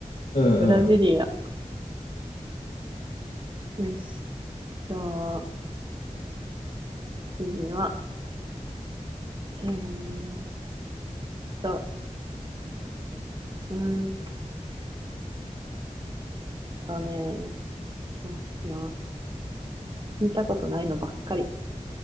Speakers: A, on the left (about 75°); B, on the right (about 35°).
A: うんうん。
B: ブラジリア。よし。じゃあ、次は、えーっと、うーんとね、そうだな。聞いたことないのばっかり。